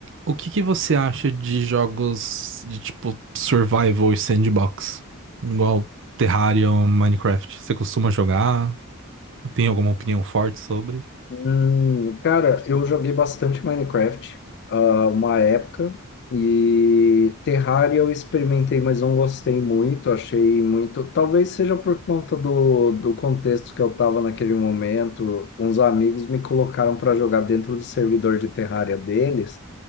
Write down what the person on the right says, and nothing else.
O que que você acha de jogos de tipo survival e sandbox? Igual Terraria Minecraft. Você costuma jogar? Tem alguma opinião forte sobre?